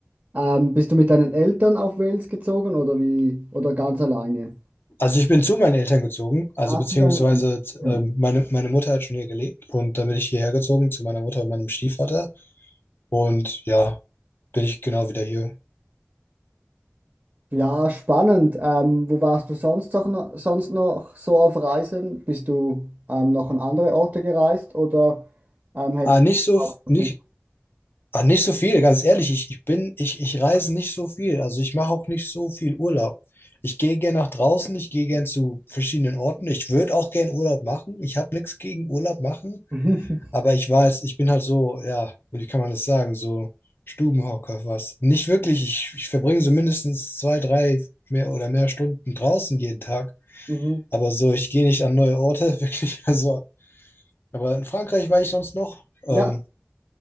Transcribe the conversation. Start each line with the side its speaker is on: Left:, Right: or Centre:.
Right: Ähm, bist du mit deinen Eltern auf Wales gezogen oder wie? Oder ganz alleine?
Left: Also, ich bin zu meinen Eltern gezogen. Also,
Right: Ah,
Left: beziehungsweise,
Right: mit deinen Eltern. Okay.
Left: ähm, meine, meine Mutter hat schon hier gelebt. Und dann bin ich hierher gezogen zu meiner Mutter und meinem Stiefvater. Und ja, bin ich genau wieder hier.
Right: Ja, spannend. Ähm, wo warst du sonst noch, noch- sonst noch so auf Reisen? Bist du ähm, noch an andere Orte gereist oder ähm, hättest
Left: Ah, nicht
Right: du
Left: so,
Right: hauptsächlich?
Left: nicht, Ah, nicht so viel, ganz ehrlich. Ich, ich bin, ich, ich reise nicht so viel. Also ich mache auch nicht so viel Urlaub. Ich gehe gern nach draußen, ich gehe gern zu verschiedenen Orten. Ich würde auch gern Urlaub machen. Ich habe nichts gegen Urlaub machen,
Right: Mhm. <laughs>
Left: aber ich weiß, ich bin halt so, ja, wie kann man das sagen, so Stubenhocker, was. Nicht wirklich. Ich, ich verbringe so mindestens zwei, drei mehr oder mehr Stunden draußen jeden Tag.
Right: Mhm.
Left: Aber so, ich gehe nicht an neue Orte, <laughs> wirklich. Also, aber in Frankreich war ich sonst noch. Ähm,
Right: Ja.